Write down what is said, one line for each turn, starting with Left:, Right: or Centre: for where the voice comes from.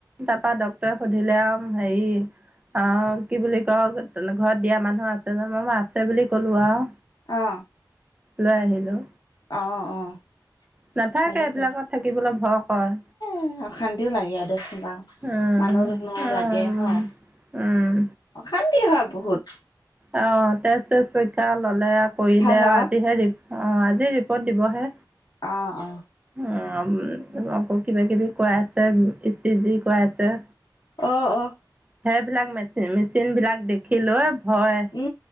Right: তাৰপা ডক্তৰে সুধিলে আও হেৰি অ' কি বুলি কয় তেনে ঘৰত দিয়া মানুহ আছে জানো মই আছে বুলি ক'লো আও
Left: অ।
Right: লৈ আহিলোঁ।
Left: অ, অ।
Right: নাথাকে
Left: ভালে
Right: এইবিলাকত
Left: কৰিলি।
Right: থাকিবলে ভয় কৰে।
Left: এ অশান্তিও লাগে দে চোন বাও
Right: উম,
Left: মানুহ দুনুহ
Right: উম,
Left: লাগে হয়
Right: উম।
Left: অশান্তি হয় বহুত।
Right: অ' তেজ চেজ পৰীক্ষা ল'লে কৰিলে
Left: ভাল
Right: আও
Left: আৰু
Right: আজিহে ৰি অ' আজি ৰিপৰ্ট দিবহে
Left: অ অ
Right: অ আ উ আকৌ কিবা কিবি কৰাইছে ই চি জি কৰাইছে।
Left: অ অ
Right: সেইবিলাক মেচিন মেচিন বিলাক দেখিলৈ ভয়
Left: উ